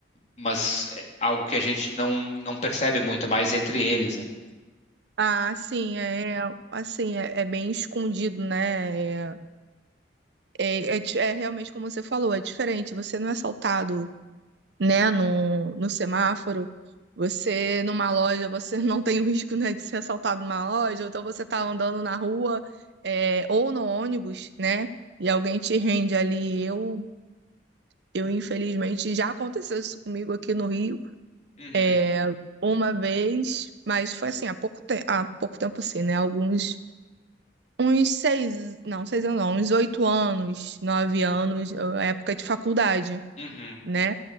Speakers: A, on the left; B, on the right.
A: mas é algo que a gente não não percebe muito, é mais entre eles, né?
B: Ah, sim, é é, assim, é, é bem escondido, né? É, é, é di- é realmente como você falou, é diferente. Você não é assaltado né, no, no semáforo. Você numa loja, você <laughs> não tem o risco, né, de ser assaltado numa loja, ou então você tá andando na rua, é, ou no ônibus, né, e alguém te rende ali. Eu, eu infelizmente, já aconteceu isso comigo aqui no Rio
A: Uhum,
B: eh, uma vez, mas foi assim, há pouco, te há pouco tempo assim, né? Alguns, uns seis, não, seis anos não, uns oito anos, nove anos, eh, época de faculdade,
A: uhum.
B: né?